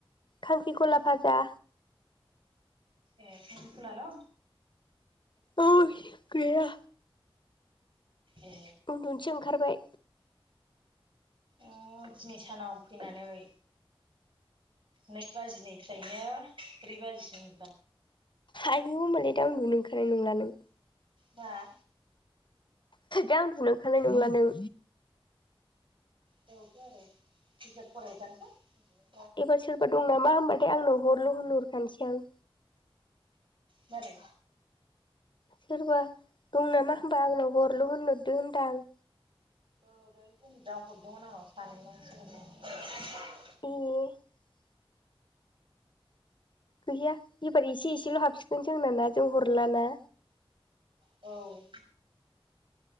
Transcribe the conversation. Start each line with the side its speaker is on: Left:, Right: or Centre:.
Left: खांख्रिखला भाजा।
Right: ए खांख्रिखलाल'
Left: औ गैया।
Right: ए
Left: उन्दुनोसो ओंखारबाय।
Right: आ दिनै सानाव फैनानै नै बाजिनिफ्रायनो ब्रै बाजिसिम
Left: आयु होमबालाय दा उन्दुनो ओंखारनाय नंला नों।
Right: हा?
Left: दा उन्दुनो ओंरखानाय नंला नों।
Right: बेवथ' आरो बिजाब फरायबाय थानोसै आं।
Left: एबार सोरबा दं नामा होमबाथाय आंनाव हरल' होनहरखानोसै आं।
Right: मारै?
Left: सोरबा दं नामा होमबा आंनाव हरल' होनहरदो होनदो आं।
Right: औ दहाय <unintelligible> हरदोंमोन आंनाव सानै मानसि।
Left: ए गैया एबार एसे एसेल' हाबसिगोन जोंनाना जों हरलाना।
Right: औ